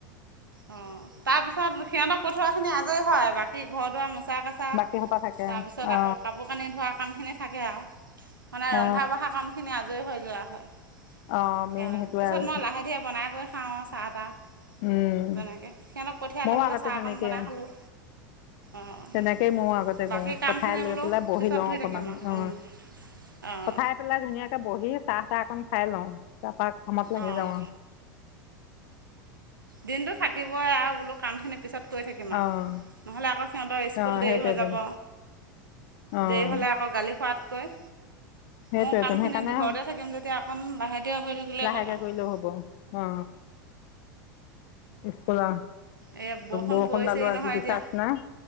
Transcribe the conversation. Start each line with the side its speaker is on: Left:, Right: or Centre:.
Right: অঁ তাৰপিছত সিহঁতক পঠোৱাখিনি আজৰি হয় বাকী ঘৰ দুৱাৰ মোচা কেঁচা
Left: বাকী সোপা থাকে
Right: তাৰপিছত
Left: অ
Right: আকৌ কাপোৰ কানি ধোৱা কামখিনি থাকে আৰু মানে
Left: অ
Right: ৰন্ধা বঢ়া কামখিনি আৰু। জৰি হৈ যোৱা হয়
Left: অ মেইন
Right: সিহত
Left: সেইটোৱে
Right: পিছত
Left: আৰু
Right: মই লাহে ধীৰে বনাই কৰি খাও আৰু চাহ তাহ।
Left: উম
Right: তেনেকে সিহঁতক পঠিয়াই
Left: ময়ো
Right: লৈ পেলাই
Left: আগতে
Right: চাহ
Left: তেনেকে
Right: অকণ বনাই খালোঁ অঁ
Left: তেনেকেই ময়ো আগতে
Right: বাকী
Left: কৰো
Right: কামখিনি
Left: পঠাই লৈ
Right: বোলো
Left: পেলাই বহি
Right: পিছত
Left: লও
Right: ধুই
Left: অকমান
Right: থাকিম আৰু
Left: অ,
Right: অঁ অঁ
Left: পঠাই পেলাই ধুনীয়াকে বহি চাহ চাহ অকন খাই লওঁ তাৰাপৰা কামত লাগি
Right: অঁ
Left: যাওঁ আৰু
Right: দিনতটো থাকিবই আৰু বোলো কাম খিনি। পিছত কৈ থাকিম আৰু
Left: অঁ
Right: নহ'লে আকৌ সিহঁতৰ স্কুল
Left: অঁ
Right: দেৰি
Left: সেইটোৱেইটোন
Right: হৈ যাব
Left: অঁ
Right: দেৰি হ'লে আকৌ গালি খোৱাত কয়
Left: সেইটোৱেইটোন
Right: মোৰ কামখিনি
Left: সেইকাৰণে
Right: দীঘৰতে থাকিম যেতিয়া অকণ বাহিৰ দিয় হৈ থাকিলেই
Left: লাহেকে
Right: হ'ল। আৰু
Left: কৰিলেও হব অ স্কুল
Right: এই
Left: বৰষুণ
Right: পৰিছেই
Left: দালো আজি
Right: নহয়
Left: বিশ্বাস
Right: এতিয়া
Left: নাই